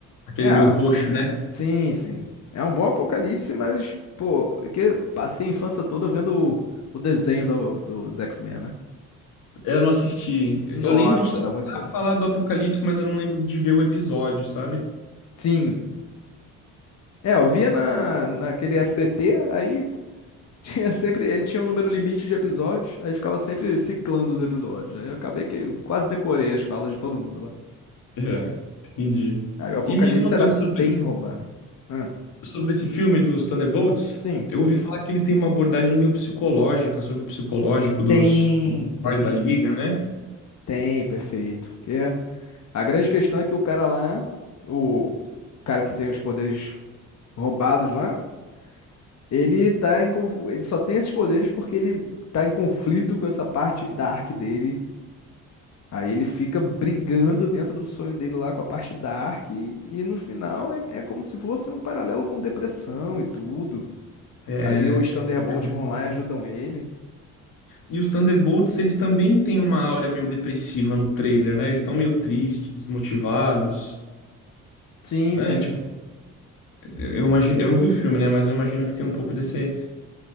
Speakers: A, on the left; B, on the left.
A: Aquele
B: É,
A: meu roxo, né?
B: sim, sim. É um bom apocalipse, mas, pô, é que eu passei a infância toda vendo o, o desenho do, dos X-Men, né?
A: Eu não assisti.
B: Nossa,
A: Eu lembro de escutar
B: era muito bom.
A: falar do apocalipse, mas eu não lembro de ver o episódio, sabe?
B: Sim. É, eu via na, naquele SBT, aí <laughs> tinha sempre, ele tinha um número limite de episódios, aí ficava sempre ciclando os episódios. Aí eu acabei que eu quase decorei as falas de todo mundo lá.
A: É, entendi.
B: Aí o Apocalipse
A: E me diz uma coisa
B: era bem
A: sobre,
B: romano. Ah,
A: sobre esse filme dos Thunderbolts.
B: sim.
A: Eu ouvi falar que ele tem uma abordagem meio psicológica sobre o psicológico dos
B: Tem,
A: dos
B: tem,
A: heróis da Liga, né?
B: tem, perfeito. Porque a grande questão é que o cara lá, o, o cara que tem os poderes roubados lá, ele tá em, conf- ele só tem esses poderes porque ele tá em conflito com essa parte dark dele. Aí ele fica brigando dentro do sonho dele lá com a parte dark e, e no final é, é como se fosse um paralelo com depressão e tudo.
A: É,
B: Aí os Thunderbolts
A: eu ouvi
B: vão
A: falar
B: lá e
A: isso.
B: ajudam ele.
A: E os Thunderbolts, eles também têm uma aura meio depressiva no trailer, né? Eles estão meio tristes, desmotivados,
B: Sim,
A: né?
B: sim.
A: Tipo, eu eu imagino, eu não vi o filme, né? Mas eu imagino que tem um pouco desse,